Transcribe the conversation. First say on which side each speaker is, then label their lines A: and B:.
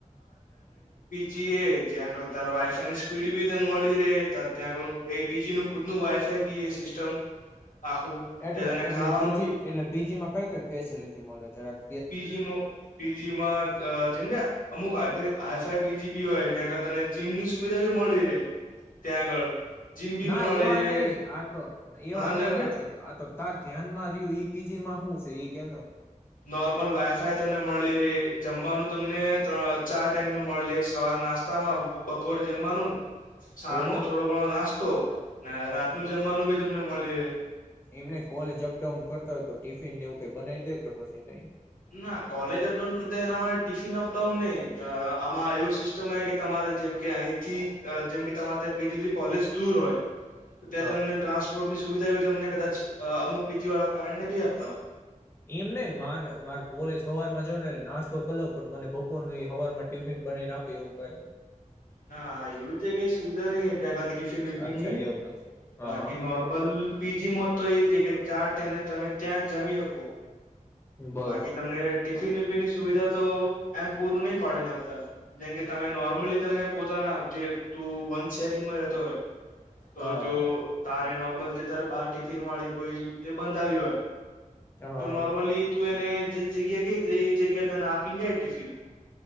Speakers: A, on the left (about 85°); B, on the left (about 20°).
A: તં આગળ ત વાયફાઈ ની સ્પીડ બી તને મળી રહે ત ત્યાં આગ એપીજી નું ખુદનું વાઇફાઈ બી એ સિસ્ટમ આખું
B: એટલે
A: તે તને
B: એટલેીજી
A: ખાવાનું બી
B: એટલે પીજીમાં કઈ કઈ ફેસિલટી મળે જરા
A: પીજી પીજીમાં જેમ ગયા અમુક હ હાઈ ફાઈ બીજી બી હોય જ્યાં તને જીમ ની સુવિધા બી મળી રહે ત્યાં આગળ જીમ બી
B: ના
A: મળી
B: એવા
A: રહે
B: નહ આ તો એવા
A: હા
B: નહ
A: એમ કે
B: આ તો તાર ધ્યાનમાં રહ્યું પીજી માં હું છે એ કે
A: નોર્મલ વાઈફાય તમને મળી રહે જમવાનું તમને ત્રણ ચાર ટાઈમ નું મળ લે એક સવાર નાસ્તામાં બપોરે જમવાનું સાંજ
B: ઓહો
A: નો થોડો ઘણો નાસ્તો તો ને રાત
B: હમ
A: ન જમવાનું બી તમને મળી
B: એમને કોલેજ અપડાઉન કરતા હોય તો ટિફિનને એવું કઈ બનાવી દે કે પછી નહી
A: ના કલેજ અપડાઉન કર ટીફિ અપડાાઉન નઈ આુ સિસ્ટમ જેમકે અહીંથી જેમકે તમારે ત્યા બી કોલેજ દૂર હોય ત્યાં
B: હા
A: તમને ટ્રાન્સપોર્ટની સુવિધા બી તમને કદાચ અમુક બીજી વાળા કારણેને બી આપતા હોય
B: એમ નહ મારે મારે કોલેજ હવાર માં જ ને નાસ્તો કર લો પણ મને બપોર ન હવાર માં ટિફિન બને ના પી એવું કઈ
A: ના એવું તે કઈ સુવિધા નહી ત્યાં કાલ ટિફિન વિફિન
B: અચ્છા
A: ની
B: એવું નથી હા
A: બાકી નોર્મલ પીજી મો તો એ જે કે ચાર ટાઈમને તમે ત્યાં જમી શકો
B: બરોબર
A: બાકી તમને ટિફિન ની સુવિધા તો એમ પૂરું નહી પાડીને આપતા જેમ કે તમે નોર્મલી તમે પોતાના જે તું વ શેરિંગમાં રહેતો હોય તો
B: હા
A: જો તારે નોર્મલથી તારે બાર ટિફિન વાળી કોઈ તે બંધાવ હોય
B: હા
A: તો
B: હા.
A: નોર્મલી તું એને જે જગ્યા કઈ હતી એ જગ્યા તને આપી ને જાય ટિફિડ